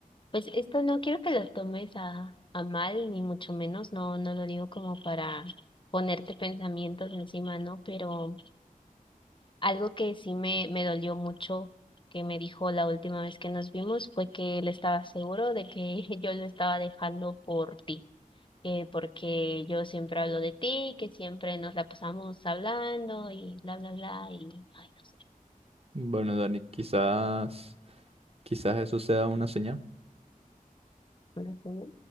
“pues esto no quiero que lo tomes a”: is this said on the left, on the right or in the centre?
Left